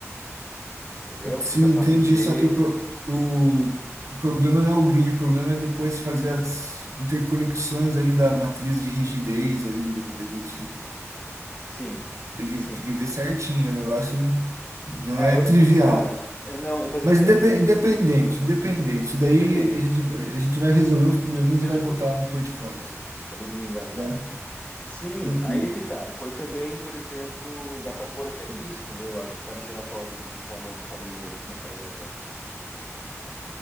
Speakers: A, on the left; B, on the right.
A: entendeu?
B: Sim,
A: Fica fácil
B: entendi.
A: de ler.
B: Só que o, pro- o, o problema não é o grid, o problema é depois fazer as interconexões ali da matriz de rigidez ali do elemento finito.
A: Sim,
B: Tem que,
A: sim.
B: tem que ver certinho, o negócio não
A: Ah,
B: é
A: eu,
B: trivial.
A: eh, cara, eh, não, eh, mas
B: Mas
A: eu lembro,
B: indepe- independente, independente.
A: independente.
B: Isso daí a gente, a gente vai resolver uns probleminhas
A: Desculpa,
B: e vai botar no portfólio,
A: acabei de me engasgar
B: né?
A: aqui. Sim,
B: Tranquilo.
A: aí é que tá. Põe também, por exemplo, dá para pôr até isso, entendeu? A gente sabe gerar códigos que saibam, que sabem ler eh,